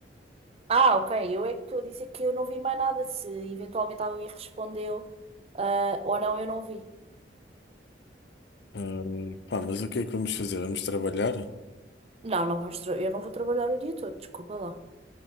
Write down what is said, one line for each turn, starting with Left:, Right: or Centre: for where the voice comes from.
Right: Ah, ok, eu é que estou a dizer que eu não vi mais nada. Se eventualmente alguém respondeu, ah, ou não, eu não vi.
Left: Ah, pá, mas o que é que vamos fazer? Vamos trabalhar?
Right: Não, não vamos tra- eu não vou trabalhar o dia todo, desculpa lá.